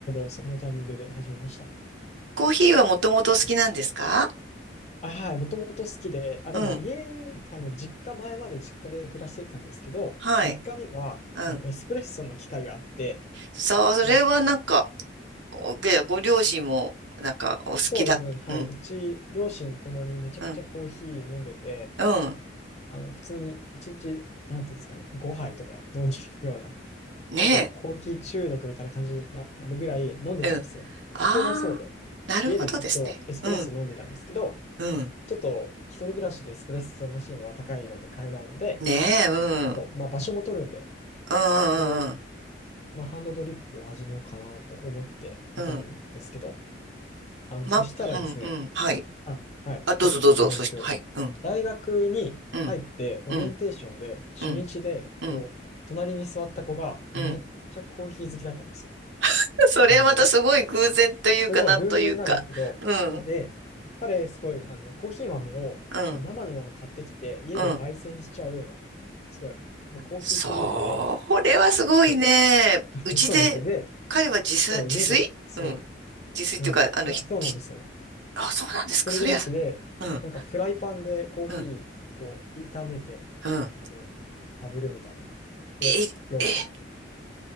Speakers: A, on the left (about 35°); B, on the right (about 80°).
A: そのタイミングで始めました。
B: コーヒーはもともと好きなんですか
A: あ、はい。もともと好きで、あ、でも家、
B: うん。
A: あの、実家、前まで実家で暮らしてたんですけど、
B: はい。
A: 実家には、
B: うん。
A: あの、エスプレッソの機械があって、
B: さあ、それはなんか、
A: もう、
B: おでご両親もなんかお好きだ。
A: そうですね。はい。
B: うん。
A: うち、両親ともにめちゃくちゃコーヒー飲んでて、
B: うん。うん。
A: あの、普通に一日、なんていうんですかね、5杯とか飲んじゃうような、
B: ね
A: 結構コーヒー中毒みたいな感じにな、なるぐらい飲んでたんですよ。
B: え。うん。ああ、
A: 僕もそうで、
B: なるほどですね。
A: 家でずっとエスプレッソ飲んでたんですけど、
B: うん。うん。
A: ちょっと一人暮らしでエスプレッソマシンは高いので買えないので、
B: ねえ、うん。
A: あと、まあ、場所も取るんで、
B: うんうん
A: で、まあ、ハンドドリップを始めようかなと思っていたんですけど、
B: うん。うん
A: あの、
B: ま、
A: そしたらですね、
B: うん、うん、はい。
A: あ、はい、
B: あ、どうぞどうぞ。
A: ちょっとあれなんですけど、
B: そして、はい。うん、
A: 大学に入ってオリエンテーションで初日で、
B: うん、うん、うん、
A: こう、
B: うん、
A: 隣に座った子がめっちゃコーヒー好きだったんですよ。
B: うん。<laughs> それはまたすごい偶然というか、
A: あの、すごい偶然なんですけど、
B: なんというか。うん、
A: で、彼すごい、あの、コーヒー豆をこう生のまま買ってきて、
B: うん、
A: 家で焙煎しちゃうような、
B: うん。
A: すごい、もうコーヒーフリークで、
B: それはすごいね。
A: そ
B: うちで、
A: う <laughs> そうなんですよ。で、
B: 彼は自さ、
A: そう、
B: 自炊うん。
A: 家で、そ
B: 自炊っていうか、
A: う、うん、
B: あの、
A: ふらそうなんですよ。
B: ひ、ひあ、そうなんですか。
A: 一人暮らしで、
B: それは、うん、
A: なんかフライパンでコーヒー、
B: うん、
A: こう、炒めて、
B: うん。
A: あの、炙るみたいな、ロ、
B: え、
A: ローソン。
B: え、